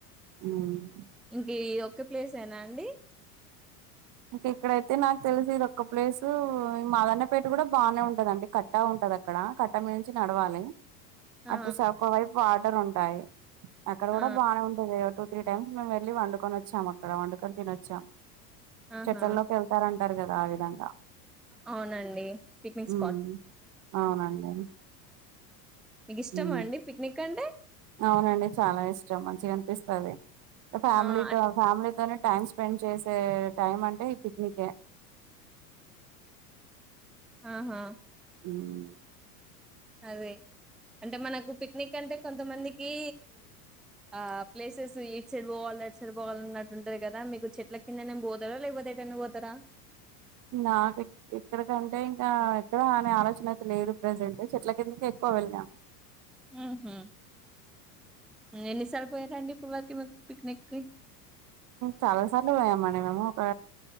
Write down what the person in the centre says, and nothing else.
ఇంక ఈ ఒక్క ప్లేస్ ఏనా అండి
ఆ
ఆ
ఆహా
అవునండి పిక్నిక్
స్పాట్
ఆ మీకు ఇష్టమా
అండి పిక్నిక్ అంటే
ఆ అన్
ఆహా
అది అంటే మనకు పిక్నిక్ అంటే కొంతమందికి ఆ ప్లేసెస్ ఏటు సైడ్ పోవాల ఏటు సైడ్ పోవాల అన్నట్టు ఉంటుంది కదా మీకు చెట్ల కిందనేం పోతారా లేకపోతే ఎటన్నా పోతారా
ఉహు ఎన్ని సార్లు పోయారండి ఇప్పటి వరకు మీరు పిక్నిక్ కయ్